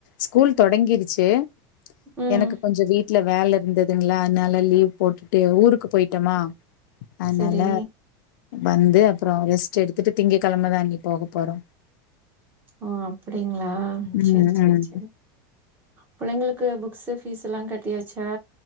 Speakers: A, on the left; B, on the right.
A: ஸ்கூல் தொடங்கிருச்சு
B: ம்
A: எனக்கு கொஞ்சோ வீட் ட்ல வேலை இருந்ததுங்ளா அதுனால லீவ் போட்டுட்டு ஊருக்கு போய்ட்டமா அதுனால
B: சரி
A: வந்து அப்புறோ ரெஸ்ட் எடுத்துட்டு திங்க கெழமதா அண்ணக போக போறோ
B: ஓ அப்டிங்ளா
A: ம்
B: சேரி சேரி
A: ம்
B: சேரி பிள்ளைங்களுக்கு புக்ஸு ஃபீஸெல்லா கட்டியாச்சா